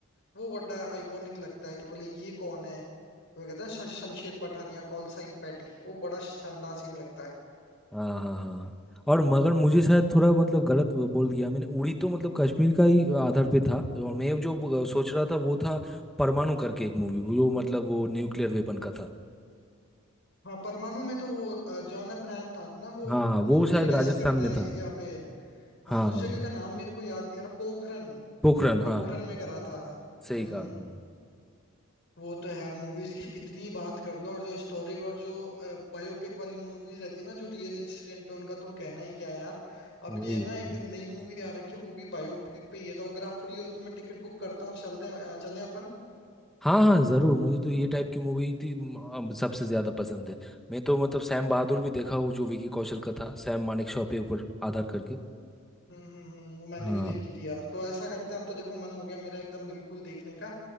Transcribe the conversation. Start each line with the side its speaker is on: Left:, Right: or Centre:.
Left: वो बड़ा आइकॉनिक लगता है कि बोले ये कौन है तो वो कहता है "श- Shamsher Pathania call sign Patty वो बड़ा शानदार सीन लगता है
Centre: हाँ हाँ हाँ और मगर मुझे शायद थोड़ा मतलब गलत वो बोल दिया मैंने उड़ी तो मतलब कश्मीर का ही आधार पे था और मैं जो ब- सोच रहा था वो था परमाणु करके एक मूवी वो मतलब वो न्यूक्लियर वेपन का था
Left: हाँ परमाणु में तो वो अ, जॉन अब्राहम था ना वो
Centre: हाँ हाँ
Left: न्यूक्लियर
Centre: वो शायद
Left: टेस्ट
Centre: राजस्थान
Left: करते
Centre: में
Left: हैं
Centre: था
Left: यहाँ पे
Centre: हाँ
Left: हाँ उस
Centre: हाँ
Left: जगह का नाम मेरे को याद नहीं आ रहा पोखरन
Centre: पोखरण
Left: पोखरन
Centre: हाँ हाँ हाँ
Left: में करा
Centre: हाँ,
Left: था
Centre: सही
Left: हम्म
Centre: कहा हाँ
Left: वो तो है यार मूवीज की कितनी बात कर लो और जो हिस्टोरिक और जो बायोपिक वाली मूवीज रहती है ना जो रियल इंसिडेंट पे उनका तो कहना ही क्या है यार अभी
Centre: वही
Left: है ना एक
Centre: वही।
Left: नई मूवी आ रखी है वो भी बायोपिक पे ही है तो अगर आप फ्री हो तो मैं टिकट बुक करता हूँ चलते हैं अ, चलें अपन
Centre: हाँ हाँ जरूर मुझे तो ये टाइप की मूवी थी म, अब सबसे ज्यादा पसंद है मैं तो मतलब सैम बहादुर भी देखा हूँ जो विकी कौशल का था सैम मानेकशॉ पे ऊपर आधार करके
Left: हम्म हम्म हम्म, वो मैंने
Centre: हाँ
Left: भी देखी थी यार तो ऐसा करते हैं अब तो देखो मन हो गया मेरा एकदम बिल्कुल देखने का